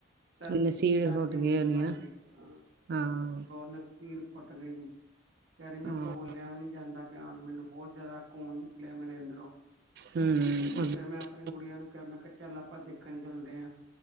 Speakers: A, on the right; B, on the right.
A: ਧਰਤੀ
B: ਨਸੀਰ
A: ਸਾਰੀ
B: ਸੁੱਟ
A: ਜ਼ਮੀਨ
B: ਗਏ ਹੋਣੀ
A: ਭਰ
B: ਨਾ
A: ਗਈ ਹਾਂ।
B: ਹਾਂ।
A: ਨਖਸੀਰ ਫੁੱਟ ਗਈ। ਕੇਅ ਰਈ ਮੈਂ
B: ਹਾਂ
A: ਕੋ ਬੋਲਿਆ ਵੀ ਨੀ ਜਾਂਦਾ ਪਿਆ ਮੈਨੂੰ ਬਹੁਤ ਜ਼ਿਆਦਾ ਖੂਨ ਨਿਕਲਿਆ ਮੇਰੇ ਅੰਦਰੋਂ।
B: ਹੂੰ
A: ਫੇਰ
B: ਅ
A: ਮੈਂ ਆਪਣੀ ਗੁੜੀਆਂ ਨੂੰ ਕਿਹਾ ਮੈਂ ਕਿਹਾ ਚੱਲ ਆਪਾਂ ਦੇਖਣ ਚੱਲਦੇ ਆ।